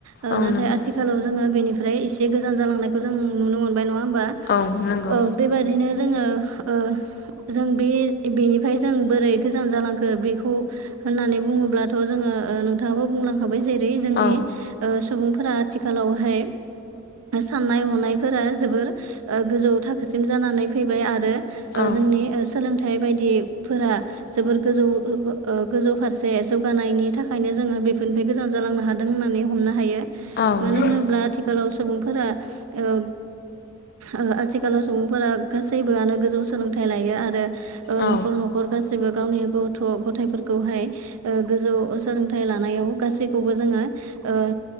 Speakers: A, on the right (about 80°); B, on the left (about 45°).
A: ओ
B: औ
A: नाथाय
B: नंगौ
A: आथिखालाव जोङो बेनि निफ्राय एसे गोजान जालांनायखौ जों नुनो मोन नङा होनबा
B: औ नंगौ
A: ओ बेबदिनो जोङो ओ जों बे बेनिफ्राय जों बोरै गोजान जालांखो बेखौ होननानै बुङोब्लाथ' जोङो ओ नोंथाङाबो बुंलांखाबाय जेरै जोंनि
B: औ
A: सुबुंफोरा आथिखालावहाय साननाय हनायफोरा जोबोर ओ गोजौ थाखोसिम जानानै फैबाय आरो जोंनि
B: औ
A: सोलोंथाइ थाइ बायदिफोरा जोबोर गोजौ गोजौ फारसे जौगानायनि थाखायनो जोङो बे निफ्राय गोजान जालांनो हादों होननानै हमनो हायो
B: औ
A: मानो
B: नंगौ
A: होनोब्ला आथिखालाव सुबुंफोरा ओ ओ आथिखालाव सुबुंफोरा गासैबोआनो गोजौ सोलोंथाइ लायो आरो
B: औ
A: न'खर न'खर गासैबो गावनि गथ' गथायाइफोरखौहाय ओ गोजौ सोलोंथाइ लानायाव गासैखौबो जोङो ओ